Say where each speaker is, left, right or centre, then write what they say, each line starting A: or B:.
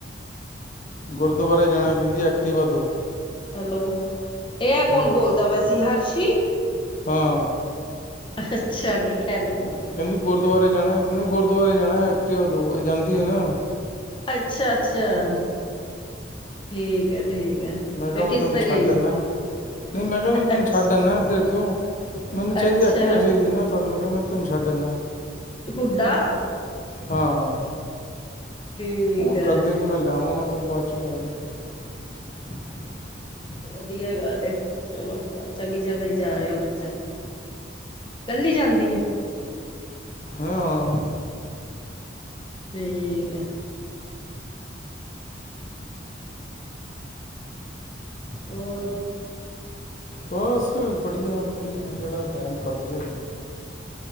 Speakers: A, on the left; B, on the left.
A: ਗੁਰਦੁਆਰੇ ਜਾਣਾ ਕਹਿੰਦੀ ਐਕਟੀਵਾ ਦਿਓ।
B: ਹੈਲੋ, ਇਹ ਕੌਣ
A: ਹੈਲੋ
B: ਬੋਲਦਾ? ਪਿਆ ਹਰਸ਼ੀ?
A: ਹਾਂ
B: ਅੱਛਾ ਨੀਗੀ
A: ਕਹਿੰਦੀ ਗੁਰਦੁਆਰੇ ਜਾਣਾ? ਗੁਰਦੁਆਰੇ ਜਾਣਾ ਐਕਟਿਵਾ ਦੋ ਜਾਂਦੀ ਹੈ ਨਾ?
B: ਅੱਛਾ-ਅੱਛਾ, ਠੀਕ ਹੈ-ਠੀਕ ਹੈ।
A: ਇਹਦਾ
B: ਫਿਰ
A: ਮਤਲਬ
B: ਕਿਸ
A: ਮੈਂ
B: ਤੇ
A: ਛੱਡ
B: ਗਈ ਸੀ
A: ਆਂਦਾ ਹਾਂ ਨਹੀਂ ਮੈਂ ਕਿਹਾ ਨੂੰ
B: ਅੱਛਾ
A: ਛੱਡ ਆਉਂਦਾ ਹਾਂ। ਇਹ ਦੇਖਿਓ ਮੈਨੂੰ ਚਾਹੀਦੀ
B: ਅੱਛਾ
A: ਹੈ ਐਕਟੀਵਾ ਚਾਹੀਦੀ ਮੈਂ ਤੈਨੂੰ ਛੱਡ ਆਂਦਾ।
B: ਹੁੱਡਾ
A: ਹਾਂ,
B: ਠੀਕ
A: ਫੋਨ
B: ਹੈ
A: ਕਰਦੇ- ਮੈਂ ਲੈਵਾਂਗਾ ਫਿਰ ਬਾਅਦ ਚੋਂ ਜਾ ਕੇ। <inaudible>
B: ਵਧੀਆ ਗੱਲ ਹੈ ਚਲੋ ਚੰਗੀ ਜਗ੍ਹਾ ਹੈ। ਜਾ ਰਿਹਾ ਬੱਚਾ ਕੱਲੀ ਜਾਂਦੀ ਹੈ।
A: ਹਾਂ-ਹਾਂ-
B: ਠੀਕ ਹੈ। ਹੋਰ
A: ਬਸ ਬੜੀਆ-ਬੜੀਆ ਜੇੜਾ ਟਾਈਮ ਕੱਢ ਜੇ।